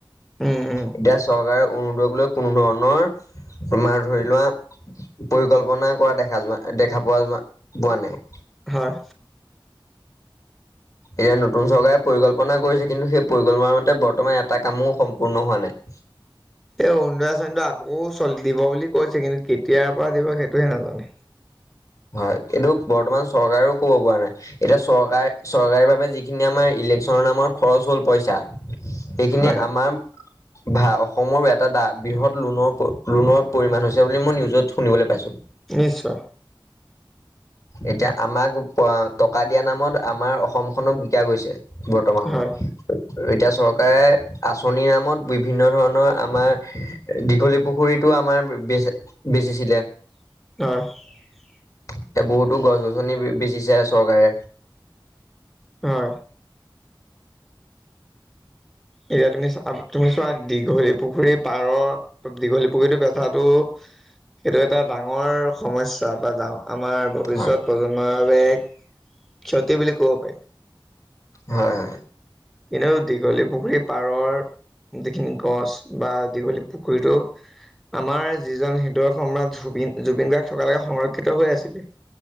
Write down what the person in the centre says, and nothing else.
উম উম
হয়
সেই অৰুণোদয় <unintelligible> দিব বুলি কৈছে কিন্তু কেতিয়াৰ পৰা দিব সেইটোহে নাজানে।
হয়
নিশ্চয়।
হয়
<unintelligible>
হয়। এতিয়া তুমি চা -তুমি চোৱা দীঘলী পুখুৰীৰ পাৰৰ দীঘলী পুখুৰীটো বেচাটো সেইটো এটা ডাঙৰ সমস্যা বা ডাঙ আমাৰ ভৱিষ্যত
প্ৰজন্মৰ বাবে এক ক্ষতি বুলি ক'ব পাৰি।
এনেও দীঘলী পুখুৰীৰ পাৰৰ যিখিনি গছ বা দীঘলী পুখুৰীটো আমাৰ যিজন হৃদয় সম্ৰাট ধ্ৰুবিন জুবিন গাৰ্গ থকালৈকে সংৰক্ষ ক্ষিত হৈ আছিলে।